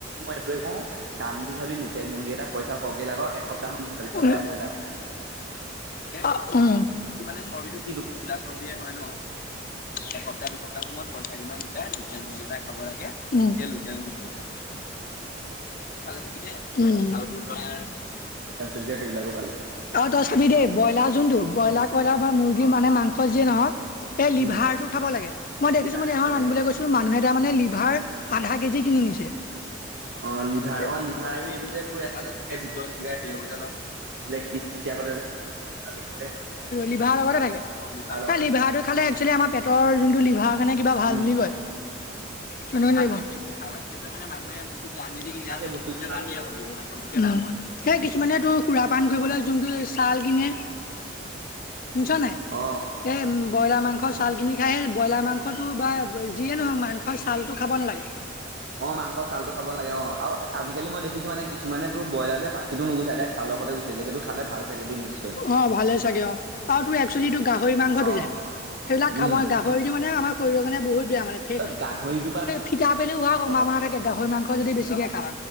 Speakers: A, on the right; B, on the left.
A: মই এইটোৱে কওঁ দাম দি খাবি লোকেল মুৰ্গী এটা পইচা খৰহকে ল লগাওঁ এসপ্তাহ ম খাবি
B: উ
A: সদায় ব্ৰইলাৰ খাবি
B: অ উম এইটো মানে চৰ্বিতটো
A: কি
B: কিটো
A: দুখ
B: কোলা চৰ্বিয়ে হয় ন এসপ্তাহ দুসপ্তাহ সময়ত পইচা দিমান গোটাই লোকেল মুগি এটা খাব লাগে সেই লোকেল মুগী খাব মানে শৰটো ভালে থাকিলে আৰু তোৰ ধৰা
A: কেলচিয়াম সেইবিলাকো পালে
B: অ তই চাবি দেই ব্ৰইলাৰ যোনটো ব্ৰইলাৰ কইলাৰ বা মুৰ্গীৰ মানে মাংস যিয়ে নহক এ লিভাৰটো
A: উম
B: খাব লাগে মই দেখিছো
A: লিভাৰ
B: মান
A: খাব
B: এখন
A: লাগে
B: আনিবলৈ
A: অ
B: গৈছিলো মানুহে তাৰমানে লিভাৰ আধা কেজি কিনিছে।
A: অ লিভাৰ
B: অঁ
A: অ
B: লিভাৰ
A: আৰু
B: এই
A: এইটো
B: যে এটাতে
A: তোৰ এটা যে
B: থাকে ভিতৰত সে
A: থাকিলে
B: সেতে অলপ অ হেই
A: কিচকিচিয়া কটা যে থাকে যে,
B: লিভাৰ লগতে থাকে
A: তাৰ লগত
B: এই লিভাটো খালে এক্সেলী আমাৰ পেটৰ লিভাৰ কাৰণে কিবা ভাল
A: উম
B: বুলি কয় সেইোৱে সেইটোৱে মানে মানুহে বহুত দাম যদি কিনি
A: আৰু
B: সেই
A: বস্তু
B: বস্তুকেইটা
A: আমি
B: দামেই আ সেই কিছুমানে তোৰ খুৰা পান কৰিবলৈ যোনটো ছাল কিনে শুনিছ নাই
A: অ
B: এ ব্ৰইলাৰ মাংস চাল কিনি খাই ব্ৰইলাৰ মাংসটো বা যিয়ে নহওক মাংস চালটো খাব নালাগে।
A: অ মাংস চাল টো খাব লাগে অ আৰু আজি কালি মই দেখিছো মানে কিছুমানে তোৰ ব্ৰইলাৰ যে পাখিটো নুগোছাই দাৰেক চাল তে গুচি যায় যিহেতু খালে ভাল চাগে দেই নিশ্চয়।
B: অ' ভালে চাগে অ' আৰু ত এক্চুৱেলিটো গাহৰি মাংসটো
A: অ
B: যে সেইবিলাক
A: উম,
B: খাব গাহৰিটো মানে আমাৰ শৰিৰ কাৰণে বহুত বেয়া মানে ফি
A: অ, গাহৰিটোৰ পৰা
B: ফিটা পেলু হোৱা সম্ভবনা
A: অ,
B: থাকে গাহৰি মাংস হয় যদি বেছিকে খাওঁ,